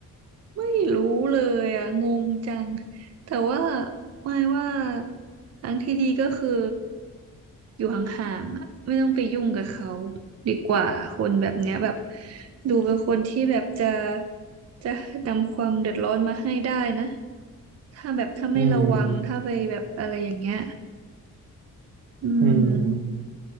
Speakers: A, on the right; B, on the right.
A: ไม่รู้เลยอ่ะงงจังแต่ว่าไม่ว่าทางที่ดีก็คืออยู่ห่างๆอะไม่ต้องไปยุ่งกับเขาดีกว่าคนแบบเนี้ยแบบดูเป็นคนที่แบบจะจะนำความเดือดร้อนมาให้ได้นะถ้าแบบถ้าไม่ระวังถ้าไปแบบอะไรอย่างเงี้ย
B: อืม
A: อืม
B: อืม